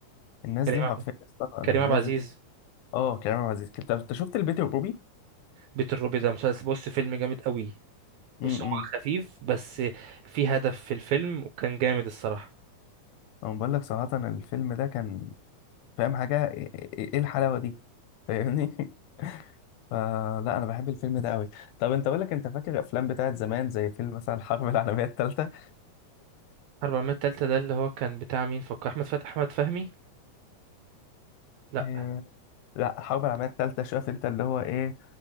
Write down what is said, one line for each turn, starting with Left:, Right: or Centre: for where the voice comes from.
Left: الناس
Right: كريم
Left: دي
Right: عب...
Left: حرفيا يا اسطى، الناس
Right: كريم عبد العزيز
Left: دي اه كريم عبد العزيز انت أنت شفت البيت الروبي
Right: بيت الروبي ده مسلسل بص فيلم جامد قوي بص
Left: امم
Right: هو خفيف بس في هدف في الفيلم وكان جامد الصراحه
Left: انا بقول لك صراحه الفيلم ده كان فاهم حاجة ايه إيه- إيه الحلاوة دي فاهمني <laughs> فلا انا بحب الفيلم ده قوي طب انت اقول لك انت فاكر الافلام بتاعت زمان زي فيلم مثلا الحرب <laughs> العالمية الثالثة
Right: 400 تالتة ده اللي هو كان بتاع مين فكر احمد فتحي احمد فهمي لا
Left: إيه لا الحرب العالمية الثالثة شايف انت اللي هو ايه